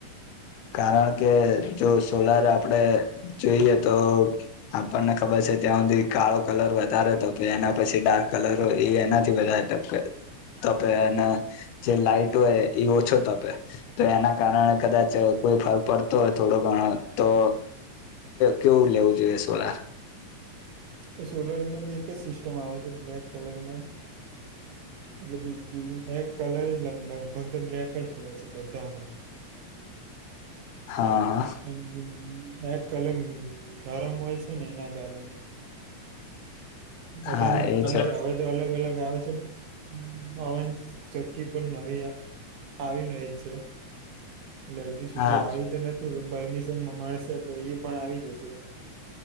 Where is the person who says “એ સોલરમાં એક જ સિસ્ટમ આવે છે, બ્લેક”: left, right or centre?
Right